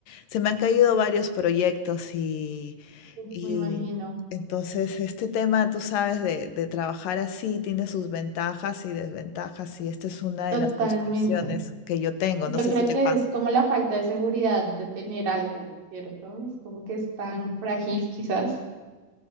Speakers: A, on the left; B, on the right.
A: se me han caído varios proyectos y
B: Uf,
A: Y
B: me imagino,
A: entonces este tema, tú sabes, de, de trabajar así tiene sus ventajas y desventajas y esta es una
B: totalmente.
A: de las frustraciones que yo tengo.
B: Yo
A: No sé
B: creo
A: si te
B: que
A: pasa.
B: es como la falta de seguridad de tener algo, ¿cierto? Es como que es tan frágil, quizás.